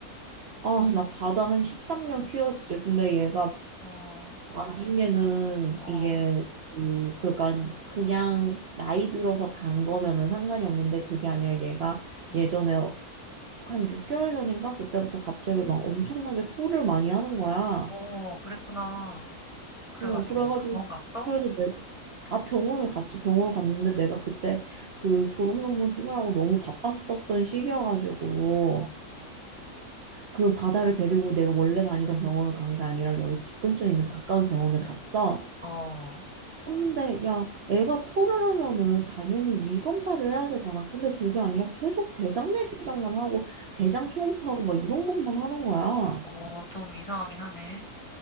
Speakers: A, on the right; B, on the left.
A: 아, 나 바다 한 13년 키웠지. 근데 얘가
B: 어,
A: 나중에는
B: 어,
A: 이게 그 그러니까 그냥 나이 들어서 간 거면은 상관이 없는데 그게 아니라 얘가
B: 응.
A: 예전에 한 6개월 전인가 그때부터 갑자기 막 엄청나게 토를 많이 하는 거야.
B: 어, 그랬구나. 그래가지고
A: 어 그래가지고
B: 병원 갔어?
A: 그래서 내가 아 병원을 갔지 병원 갔는데 내가 그때 그 졸업 논문 쓰느라고 너무 바빴었던 시기여가지고
B: 어,
A: 그 바다를 데리고 내가 원래 다니던 병원을 간 게 아니라 여기 집 근처에 있는 가까운 병원을 갔어.
B: 어,
A: 근는데 야 애가 토를 하면은 당연히 위 검사를 해야 되잖아. 근데 그게 아니라 계속 대장 내시경만 하고 대장 초음파하고 막 이런 것만 하는 거야.
B: 어, 좀 이상하긴 하네.